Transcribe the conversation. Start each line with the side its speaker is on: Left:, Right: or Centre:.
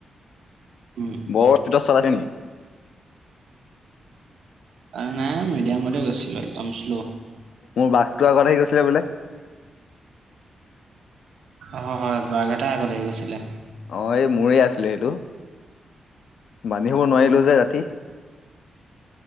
Right: উম',
Left: বৰ স্পীডত চলাইছে নেকি?
Right: আৰু নাই মিডিয়ামতে গৈছিলো। একদম শ্ল'
Left: মোৰ বাঘটো আগত আহি গৈছিলে বোলে।
Right: অ', হয়। বাঘ এটা আগত আহি গৈছিলে।
Left: অ', এই মোৰে আছিলে সেইটো বান্ধি থ'ব নোৱাৰিলো যে ৰাতি।